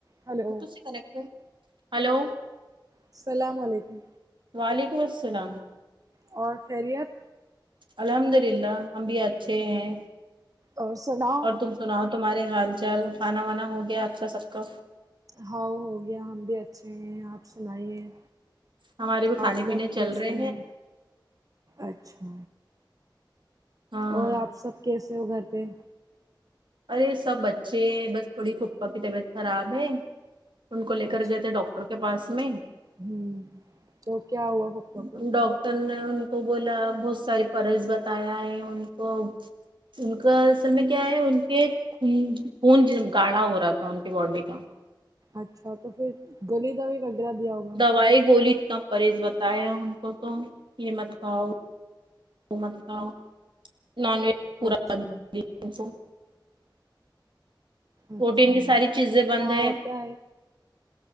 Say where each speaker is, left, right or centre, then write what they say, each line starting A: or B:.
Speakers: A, on the right (about 45°); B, on the right (about 75°).
A: hello
B: کس سے connect ہے ہیلو
A: السلام علیکم
B: وعلیکم السلام
A: اور خیریت
B: الحمد للہ ہم بھی اچھے ہیں
A: اور سناؤ
B: اور تم سناؤ تمہارے حال چال کھانا وانا ہو گیا آپ کا سب کا
A: ہاؤ ہو گیا ہم بھی اچھے ہیں آپ سنائیے
B: ہمارے بھی کھانے
A: آپ لوگ
B: پینے چل
A: کیسے
B: رہے
A: ہیں اچھا
B: ہاں
A: اور آپ سب کیسے ہو گھر پہ
B: ارے سب اچھے ہے بس تھوڑی پھوپھا کی طبیعت خراب ہے ان کو لے
A: اچھا
B: کر گئے تھے ڈاکٹر کے پاس میں
A: ہوں تو کیا ہوا پپا کو
B: انکا ٹر نے ان کو بولا بہت ساءی <unintelligible> بتایا ہے ان کو ان کا اصل میں کیا ہے یہ خون گاڑھا ہو رہا تھا ان کی باڈی کا
A: اچھا تو پھر گلی دوای وغیرہ دیا ہوگا
B: وائے گولی اتنا پرہز بتایا ان کو تو یہ مت کھاؤ وہ مت کھاؤ <inaudible>
A: اچھا
B: <unintelligible> پروٹین
A: اچھا
B: کی ساری چیزیں بند
A: ہاں
B: ہے
A: ہوتا